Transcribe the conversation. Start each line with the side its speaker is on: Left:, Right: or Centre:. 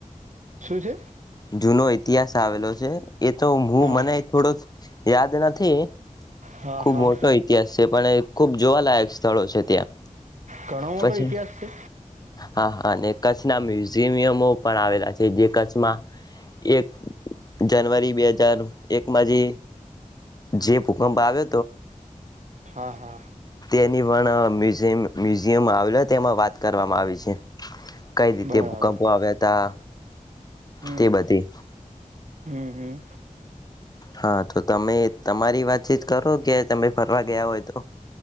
Right: શું છે
Left: જૂનો ઇતિહાસ આવેલો છે. એ તો હું
Right: હા
Left: મને થોડો યાદ નથી.
Right: હા
Left: ખુબ
Right: હા
Left: મોટો ઇતિહાસ છે પણ ખુબ જોવાલાયક સ્થળો છે ત્યાં
Right: ઘણો મોટો
Left: પછી
Right: ઇતિહાસ છે
Left: હા હા અને કછ. કચ્છના મ્યુઝિયમો પણ આવેલા છે જે કચ્છમાં. એક જાનુઆરી બે હજાર એક માજી જે ભૂકં્પ આવે
Right: હા હા
Left: તેની પણ મ્યુઝિયમ મીઝ જેમ આવેલો એમાં વાત કરવામાં આવી છે કઈ રીતે
Right: બરાબર
Left: ભૂકંપો આવ્યા હતા
Right: હમ
Left: તે બધ
Right: હમ હમ
Left: હા તો તમે તમારી વાતચીત કરો કે તમે ફરવા ગયા હોય તો